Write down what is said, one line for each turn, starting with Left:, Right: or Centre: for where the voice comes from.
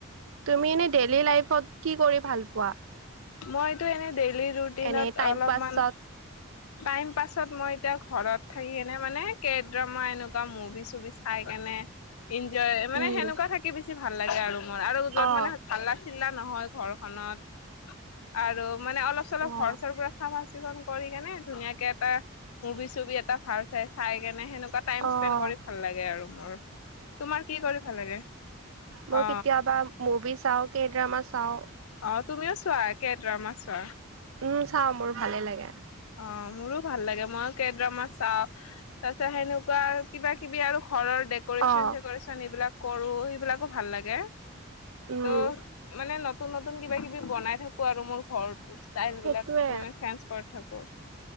Right: তুমি এনেই ডেইলি লাইফত কি কৰি ভাল পোৱা
Left: মইতো এনে ডেইলি ৰুটিনত
Right: এনে টাইম
Left: অলপমান
Right: পাছত
Left: টাইম পাছত মই এতিয়া ঘৰত থাকি এনে মানে কেক ড্ৰামা এনেকুৱা মুভি চভি চাই কেনে ইনজয় মানে
Right: উম,
Left: সেনেকুৱা থাকি বেছি ভাল লাগে আৰু মোৰ আৰু যত
Right: অ',
Left: মানে হাল্লা চিল্লা নহয় ঘৰখনত আৰু মানে অলপ চলপ
Right: অ',
Left: ঘৰ চৰ পৰা চাফা চিকুণ কৰি কেনে ধুনীয়াকে এটা মুভি চুভি এটা ভাল চাই চাই কেনে সেনেকুৱা টাইম
Right: অ',
Left: স্পেড কৰি ভাল লাগে আৰু মোৰ তোমাৰ কি কৰি ভাল লাগে?
Right: মই
Left: অ
Right: কেতিয়াবা মুভি চাও কে ড্ৰামা চাও
Left: অ তুমিও চোৱা কেদ্ৰমা চোৱা
Right: উম চাও মোৰ ভালে লাগে।
Left: অ মোৰো ভাল লাগে মইও কে ড্ৰামা চাও তাৰ পিছত সেনেকুৱা কিবা কিবি আৰু ঘৰৰ ডেক'ৰেচন
Right: অ',
Left: চেকৰেচন এইবিলাক কৰো সেইবিলাকো ভাল লাগে। ত'
Right: উম,
Left: মানে নতুন নতুন কিবা কিবি বনাই থাকো আৰু মোৰ ঘৰত ষ্টাইল
Right: সেইটোৱে।
Left: বিলাক মানে চেঞ্জ কৰি থাকো।